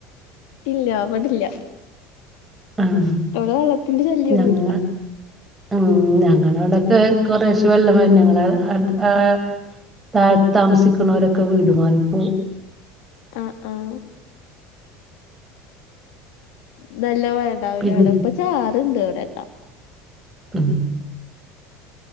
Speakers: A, on the left; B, on the right.
A: ഇല്ല ഇവടല്ല്യ
B: ആഹ്
A: ഇവടെ വെള്ളത്തിന്റെ ശല്യന്നുല്ല.
B: ഞങ്ങ ഉം ഞങ്ങള വടക്കെ കൊറേശെ വെള്ളം വെര്ന് ഞങ്ങള അഹ് ആഹ് തായ്ത്ത് താമസിക്കുന്നവരൊക്കെ വീട് മാറിപോവും.
A: അഹ് അഹ് ന്നല്ലെ മഴണ്ടാവില്ലവടെ
B: പിന്നെ
A: ഇപ്പ ചാർണ്ട് ഇവടെക്കാ.
B: ഉം